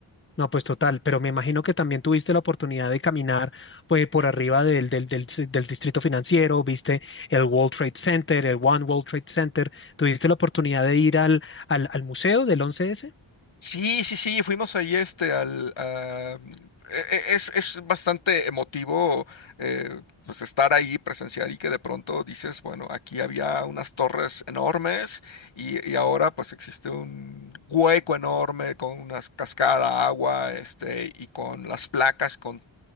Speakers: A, on the left; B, on the left.
A: No, pues total, pero me imagino que también tuviste la oportunidad de caminar pues, por arriba del, del, del ci- del distrito financiero, viste el World Trade Center, el One World Trade Center, tuviste la oportunidad de ir al, al, al museo del 11S.
B: Sí, sí, sí, fuimos ahí este al a- e- e- es, es bastante emotivo eh, pues estar ahí, presenciar y que de pronto dices, bueno, aquí había unas torres enormes y, y ahora pues existe un hueco enorme con una cascada, agua, este, y con las placas con